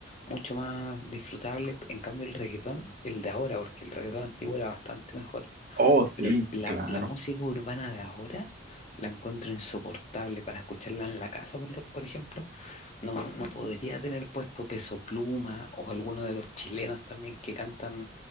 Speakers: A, on the left (about 35°); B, on the right (about 45°).
A: mucho más disfrutable. En cambio, el reggaetón, el de ahora, porque el reggaetón antiguo era bastante mejor.
B: Oh,
A: Pero
B: sí,
A: la,
B: claro,
A: la música urbana de ahora la encuentro insoportable para escucharla en la casa, por, lo- por ejemplo no, no podría tener puesto Peso Pluma o alguno de los chilenos también que cantan